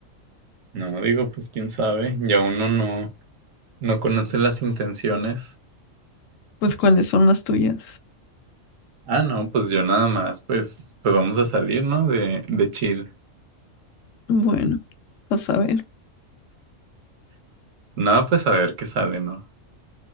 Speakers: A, on the right; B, on the left.
A: No, digo, pues quién sabe. Ya uno no. No conocen las intenciones.
B: pues cuáles son las tuyas.
A: Ah, no, pues yo nada más, pues, pues vamos a salir, ¿no? De, de chill.
B: Bueno, vas a ver.
A: No, pues a ver qué sale, ¿no?